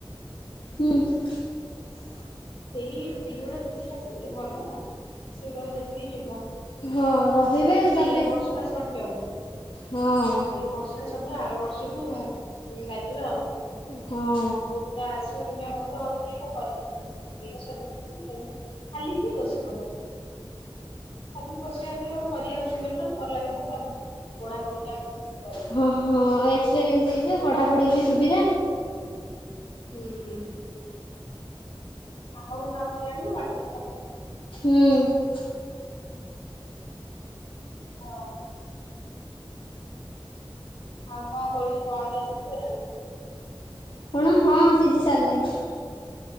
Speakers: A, on the left; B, on the left.
A: ହୁଁ ମ୍
B: ସେଇ ସେଇଭଳିଆ ପୋଷ୍ଟ ଆସିଲେ ଭଲ ସେଗୁଡଡାକୁ ଦେଖିକି ଯିବ।
A: ହଁ ରହିବେ
B: ଆମର
A: ତାପରେ
B: ଏ ବର୍ଷ ଟା ସରଯାଉ
A: ହଁ
B: ଏ ବର୍ଷ ସେଟା ସରଯାଉ ଆରବର୍ଷକୁ ଲାଗିବା ଆଉ।
A: ହଁ।
B: କ୍ଲାସ ରେ ଦୁନିଆ <unintelligible> ହୋଉଚି ପ <unintelligible> ଖାଲି କିଏ ବସିବ? ଖାଲି ବସିବା ଅପେକ୍ଷା ଗୋଟେ କରିବା ବେଟର୍ କଲା ଭିତରେ ତାପରେ ପଢ଼ାପଢ଼ି ଟା କରିବୁ
A: ହଁ ହଁ ଏକ୍ସପିରିଏନ୍ସ ହେଇଯିବ ପଢାପଢି ବି ସୁବିଧା
B: ହୁଁ। ଆମକୁ କାମ ଯାଣିବୁ <unintelligible>
A: ହୁଁ।
B: ହଉ। ଆଉ କଣ କରୁଚୁ ତୋ ଅଣ୍ଡା ସିଝି ଗଲାଣି?
A: କଣ ହଁ ସିଝି ସାରିଲାଣିି।